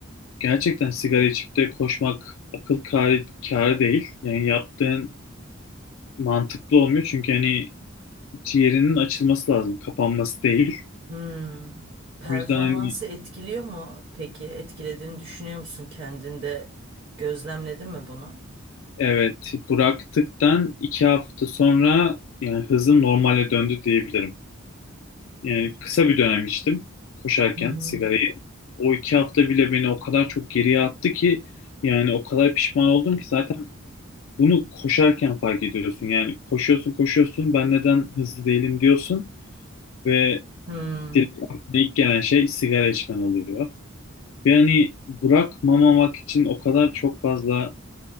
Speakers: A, on the left (about 75°); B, on the right (about 55°).
A: gerçekten sigara içip de koşmak akıl kârı, kârı değil. Yani yaptığın mantıklı olmuyor. Çünkü hani ciğerinin açılması lazım. Kapanması değil.
B: Hmm. Performansı
A: O yüzden hani
B: etkiliyor mu peki? Etkilediğini düşünüyor musun kendinde? Gözlemledin mi bunu?
A: Evet, bıraktıktan iki hafta sonra yani hızım normale döndü diyebilirim. Yani kısa bir dönem içtim koşarken
B: Hı hı.
A: sigarayı. O iki hafta bile beni o kadar çok geriye attı ki yani o kadar pişman oldum ki zaten bunu koşarken fark ediyorsun. Yani koşuyorsun koşuyorsun ben neden hızlı değilim diyorsun ve
B: Hmm.
A: direkt aklına ilk gelen şey sigara içmen oluyor. Ve hani bırakmamamak için o kadar çok fazla